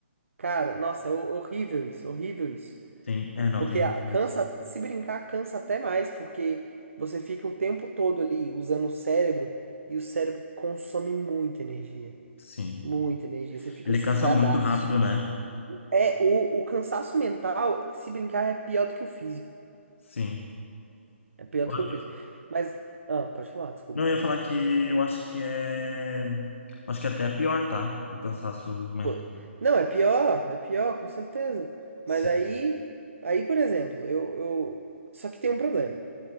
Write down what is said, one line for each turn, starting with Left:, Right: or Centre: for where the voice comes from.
Right: Cara, nossa, é ho- horrível isso, horrível isso.
Left: sim, é, não,
Right: Porque
Left: tem muito
Right: a- cansa,
Left: disso.
Right: se brincar, cansa até mais, porque você fica o tempo todo ali usando o cérebro e o cérebro consome muita energia.
Left: Sim.
Right: Muita energia, você fica
Left: Ele
Right: sugadaço.
Left: cansa muito rápido, né?
Right: É, o, o cansaço mental, se brincar, é pior do que o físico.
Left: Sim.
Right: É pior
Left: Olha,
Right: do que o físico. Mas, ah, pode falar, desculpa.
Left: Não, eu ia falar que eu acho que é. Acho que até é pior, tá? O cansaço mental.
Right: Pô, não, é pior, é pior, com certeza.
Left: Sim,
Right: Mas aí, aí, por exemplo, eu, eu... Só que tem um problema.